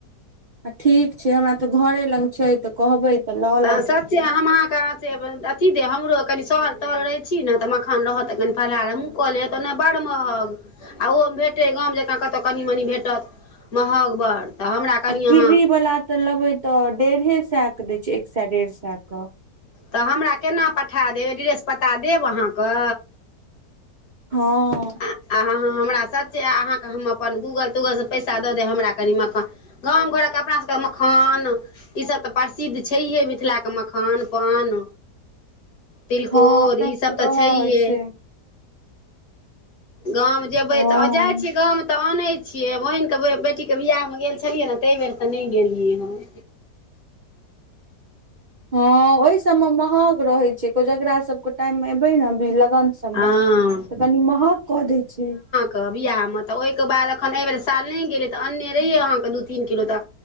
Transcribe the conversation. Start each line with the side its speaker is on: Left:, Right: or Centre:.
Right: आ ठीक छै हमरा तऽ घरे लग छै तऽ कहबै तऽ लऽ
Left: त
Right: लेबै
Left: आहा सच्चे काच्चे अथी दे हमरो कनी सहल तहल रहे छी ने तऽ मखान रहत त कनी फलहार क लेब त ने बड़ महग आ ओहोमे भेटै गाम जँकाँ कतहु कनि मनि भेटत महग बड़ तऽ हमरा कनि
Right: आ किरी
Left: अहाँ
Right: वाला तऽ लेबे तऽ डेढ़े सए के दै छै एक सए डेढ़ सए के
Left: तऽ हमरा केना पठा देब एड्रेस पता देब अहाँके
Right: हँ
Left: आ अहाँ हमरा सच अहाँकेँ हम अपन गूगल तूगल सँ पैसा दऽ देब हमरा कनि मकान गाम घरके अपना सबके मखान ई सभ तऽ प्रसिद्ध छैहे मिथिलाके मखान पान तिलकोर
Right: हँ अपना
Left: ईसभ
Right: सबके तऽ उएह
Left: छैहे
Right: होइ छै
Left: गाम जेबै
Right: हँ
Left: तऽ आ जाइ छी गाम तऽ आनै छियै बहिनके बेटीक के बियाह मे गेल छलियै ने ताहि बेर तऽ नहि गेलियै हम
Right: हँ ओहि सब मे महग रहै छै कोजगरा सबके टाइम मे एबे न अभी लगन सब
Left: हँ
Right: मे तऽ कनी महग कऽ दै छै
Left: के बियाहमे तऽ ओहिके बाद एखन एहिबेर साल नहि गेलै तऽ अन्ने रहियै अहाँकेँ दू तीन किलो तऽ